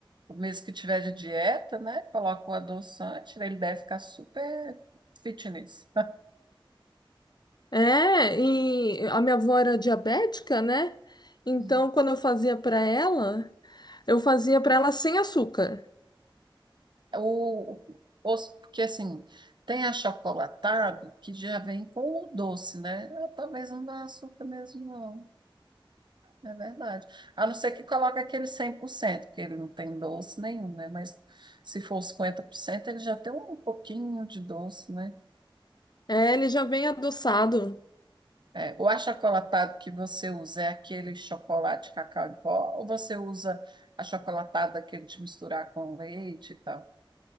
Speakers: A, on the right (about 55°); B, on the left (about 50°).
A: ou mesmo que tiver de dieta, né? Coloca o adoçante, ele deve ficar super fitness.
B: É, e a minha avó era diabética, né? Então,
A: Hum.
B: quando eu fazia pra ela, eu fazia pra ela sem açúcar.
A: O, os- porque assim, tem achocolatado que já vem com o doce, né? Ah, Talvez não dá açúcar mesmo, não. É verdade. A não ser que coloque aquele 100% que ele não tem doce nenhum, né? Mas se for 50% ele já tem um pouquinho de doce, né?
B: É, ele já vem adoçado.
A: É, o achocolatado que você usa é aquele chocolate cacau em pó, ou você usa achocolatado daquele de misturar com leite e tal?